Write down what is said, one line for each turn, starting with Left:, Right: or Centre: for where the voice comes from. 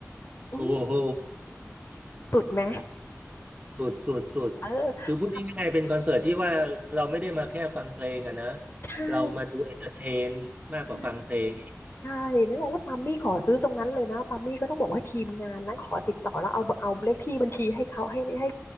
Left: อืม
Right: โอ้โห
Left: สุดไหม
Right: สุดสุดสุด
Left: เออ
Right: คือพูดง่ายๆเป็นคอนเสิร์ตที่ว่าเราไม่ได้มาแค่ฟังเพลงอะนะ
Left: ปาใช่
Right: เรามาดูเอนเตอร์เทนมากกว่าฟังเพลงอีก
Left: ใช่ใช่นั่นแหละแล้วปามี่ขอซื้อตรงนั้นเลยนะปามี่ก็ต้องบอกว่าทีมงานนั้นขอติดต่อแล้วเอาเอาเลขที่บัญชีให้เขาให้ให้ให้